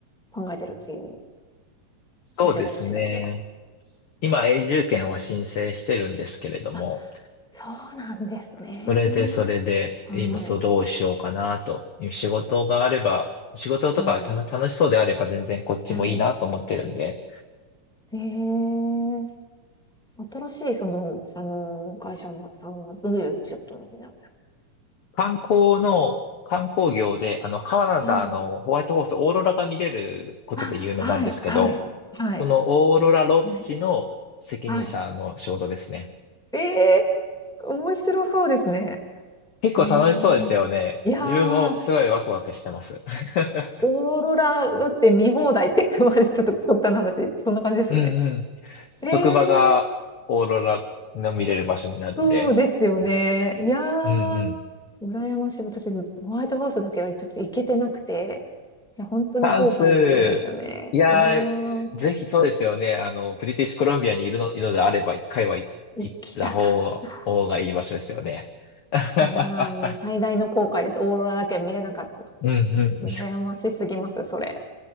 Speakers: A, in the centre; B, on the left (about 65°).
A: 考えてるっていう
B: そうですね。
A: お仕事次第では。
B: 今、永住権を申請してるんですけれども、
A: あ、そうなんですね。
B: それで、それで、
A: はい、
B: 今、そう、どうしようかなと。仕事があれば、仕事とかた楽しそうであれば全然こっちもいいなと思ってるんで、
A: はい、はい。えー、新しいその、あのー会社のさんはどういう仕事なんです
B: 観光の、観光業で、あの、カナダのホワイトホース、
A: か
B: オーロラが見れることで有名なんですけど、
A: あ、はい、はい、はい。
B: そのオーロラロッジの責任者の仕事ですね。
A: でははい、はい。ええ面白そうですね。
B: 結構楽しそうですよね。
A: へえ。いや
B: 自分もすごいワクワクしてます。
A: ー、
B: <laughs>
A: オーロラだって見放題って、<laughs> まじちょっと極端な話、そんな感じですよね。
B: うんうん。職場がオーロラの見れる場所になるんで。
A: えー、そうですよね。いやー、
B: うんうん。
A: 羨ましい。私、ホワイトホースだけはちょっと行けてなくて、いや、本当に後悔してるんですよね。
B: サウス、いやー、
A: いやー、
B: ぜひそうですよね。あの、ブリティッシュコロンビアにいるの、いるのであれば、一回は行行った方、
A: 行きたかった。
B: 方がいい場所ですよね。<laughs>
A: いやー、もう最大の後悔です。オーロラだけは見れなかった。
B: うんうん。
A: 羨ましすぎます、それ。